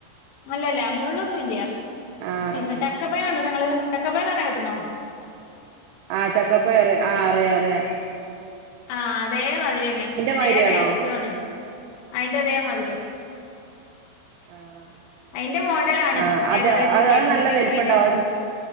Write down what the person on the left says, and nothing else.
അല്ലല്ല മുള്ളൊന്നുംല്ല
പിന്നെ
ചക്ക പയാണ് ങ്ങള് തക്ക പോയ തന്നെ കട്ടണോ
ആഹ അതേല്ല അതിരി തന്നെ അതേ
ടേസ്റ്റണ് അയിന്റെ അതേമാതിരിയ
അതിന്റെ മോഡലാണ്
ഏകദേശൊക്കെ
രുചിയൊക്കെ
അതിറത